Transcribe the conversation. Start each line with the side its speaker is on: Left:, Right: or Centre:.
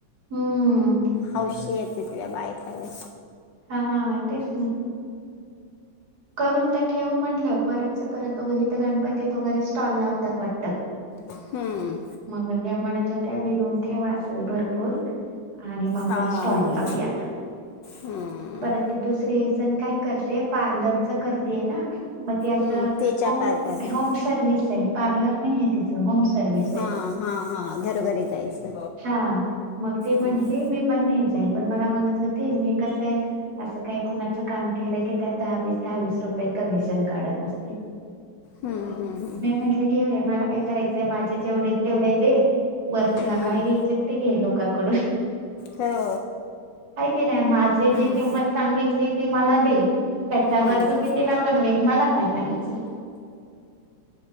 Right: हम्म
Left: हौशेत तितल्या बायकाले
Right: हा-हा-हा तेच ना. करून तर ठेवू म्हटलं परत चं परत बघू म्हणलं गणपतीत वगैरे स्टॉल लावतात वाटतं.
Left: हम्म!
Right: मग ह्या म्हनत होत्या विणून ठेवा असल भरपूर आणि मग आपण
Left: हां
Right: स्टॉल
Left: मग
Right: लावूयात.
Left: हम्म,
Right: परत ते दुसरी एक जण काय करते पार्लरचं करतीये ना. मग ते असं
Left: हम्म, तिच्या
Right: होम,
Left: पार पारमध्ये
Right: होम सर्विसये पार्लर नाईये तिचं, होम सर्व्हिस
Left: हां
Right: ये.
Left: हां हां घरोघरी जायचं
Right: हा मग ते म्हटली
Left: हम्म.
Right: मी पण न्हेचंय पण मला म्हणत होती मी कसंय असं काही कुणाचं काम केलं की त्यात दहावीस दहा-वीस रुपये कमिशन काढत असते.
Left: हम्म, हम्म, हम्म,
Right: मी
Left: हम्म.
Right: म्हटलं घे बाई मला काय करायचंय? माझे जेवढे तेवढे दे वर तुला
Left: हम्म,
Right: काय घ्यायचे ते घे. लोक कड
Left: हो
Right: काय ते नाही माझे
Left: हम्म,
Right: जे किंमत सांगितली ती मला दे. त्याच्या
Left: हम्म. हम्म.
Right: वर तु कितीला पण विक मला काय करायचं?